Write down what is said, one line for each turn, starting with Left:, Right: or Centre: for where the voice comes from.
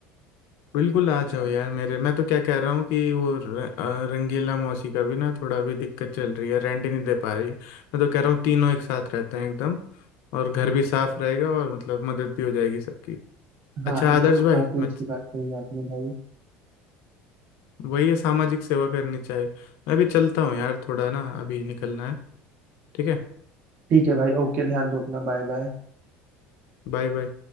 Left: बिल्कुल आ जाओ यार मेरे मैं तो क्या कह रहा हूँ कि वो र, अ, रंगीला मौसी का भी ना थोड़ा अभी दिक्कत चल रही है रेंट ही नहीं दे पा रही है मैं तो कह रहा हूँ तीनों एक साथ रहते हैं एकदम और घर भी साफ रहेगा और मतलब मदद भी हो जाएगी सबकी अच्छा
Right: हाँ
Left: आदर्श
Right: ये तो काफी
Left: भाई मैं
Right: अच्छी बात कही आपने भाई
Left: वही है सामाजिक सेवा करनी चाहिए मैं भी चलता हूँ यार थोड़ा ना अभी निकलना है ठीक है
Right: ठीक है भाई ओके ध्यान दो अपना बाय बाय
Left: Bye bye